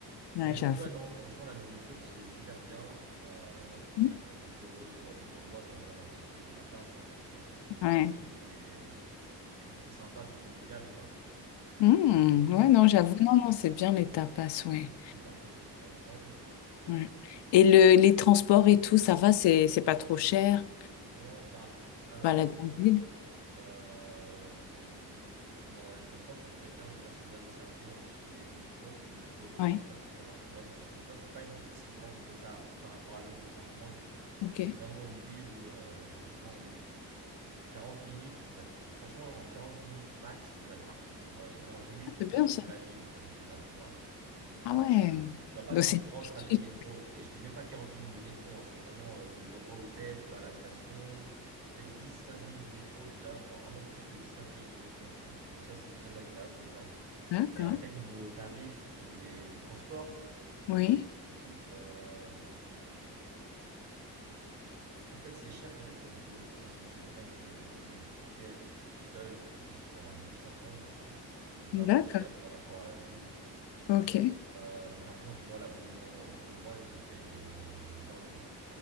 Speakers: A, on the left; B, on the right.
A: ouais,
B: Mais donc
A: j'avoue.
B: ouais, non, franchement, la nourriture, c'est super bien. Euh, ouais, super
A: Hum,
B: bien quand tu vas aux beaux, aux beaux endroits. Donc voilà, bah, tout ce qui est les tapas, hein, franchement, ça c'est
A: Ouais.
B: classique, mais, mais c'est- je trouve très sympa, c'est convivial, quoi,
A: Hum, ouais,
B: de,
A: non, j'avoue.
B: de-
A: Non, non, c'est bien les tapas, ouais.
B: de partager tout ensemble.
A: Ouais. Et le, les transports et tout, ça va, c'est c'est pas trop cher.
B: Non, bah, alors.
A: Balade en ville.
B: Euh, Bon, alors les transports, c'est très bien. Déjà, c'est bien desservi, hein, tout ce qui est métro. Le métro est super
A: Ouais.
B: pratique à Barcelone parce que tu vois, c'est pas une ville si grande que ça par rapport à Londres, par exemple.
A: Ok.
B: C'est vraiment une ville où, euh, franchement, en métro, pff, 40 minutes, tu vas être, franchement, en 40 minutes max, tu vas être partout, tu vois. Et 40 minutes,
A: Ah,
B: tu
A: C'est
B: as traversé
A: bien ça.
B: la ville presque déjà, tu vois. Donc,
A: Ah
B: euh,
A: ouais.
B: tu vas pas
A: Donc
B: faire
A: c'est
B: des
A: une
B: grands trajets de
A: habitude.
B: métro, tu vois. Et je dis même pas 40 minutes de métro, hein, c'est vraiment euh, de l'endroit où t'es, tu vas à la station peut-être dix, quinze minutes de métro déjà. Je prends rarement plus que dix, quinze minutes de métro, je pense. Donc ça, c'est très agréable déjà.
A: D'accord.
B: Et après, niveau tarif pour les, les transports,
A: Oui.
B: écoute, euh, en fait, c'est cher peut-être pour les touristes parce que c'est vrai que les tickets seuls, ils sont à deux cinquante, je pense, ce qui est pas
A: D'accord.
B: pas cher par rapport à la ville.
A: Ok.
B: Euh, mais par exemple, moi, l'abonnement euh, pour le mois, je le paye euh, 20 euros.